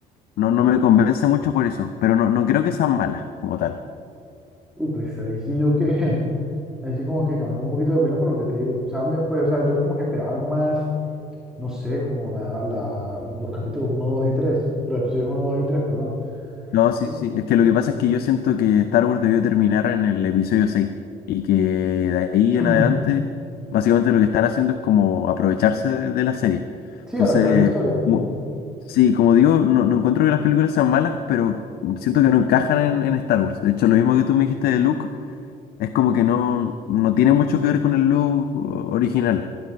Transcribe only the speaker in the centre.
Uy, pues ahí sí yo que, <laughs> ahí sí como que cambié un poquito de opinión por lo que te digo. O sea, me- pues, o sea, yo como que esperaba algo más, no sé, como la, la, los capítulos uno dos y tres los episodios uno 2 y tres perdón.
Sí,
<clears throat>
sí
alargar la historia.
Ujú,